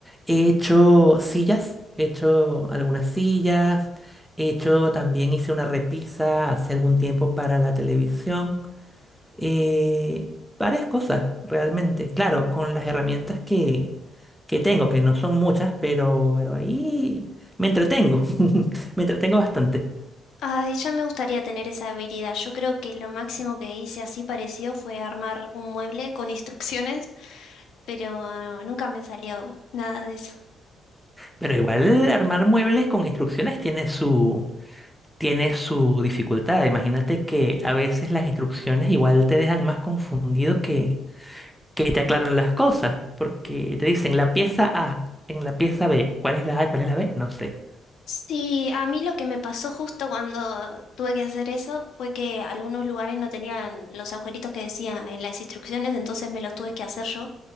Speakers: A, in the centre; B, on the left.
A: he hecho sillas, he hecho algunas sillas He hecho, también hice una repisa hace algún tiempo para la televisión. eh, varias cosas, realmente. Claro, con las herramientas que, que tengo, que no son muchas, pero, pero ahí me entretengo. <laughs> Me entretengo bastante.
B: Ay, ya me gustaría tener esa habilidad. Yo creo que lo máximo que hice así parecido fue armar un mueble con instrucciones, pero nunca me salió nada de eso.
A: Pero igual armar muebles con instrucciones tiene su, tiene su dificultad. Imagínate que a veces las instrucciones igual te dejan más confundido que, que te aclaran las cosas, porque te dicen la pieza A, en la pieza B, ¿cuál es la A, cuál es la B? No sé.
B: Sí, a mí lo que me pasó justo cuando tuve que hacer eso fue que algunos lugares no tenían los agujeritos que decía en las instrucciones, entonces me los tuve que hacer yo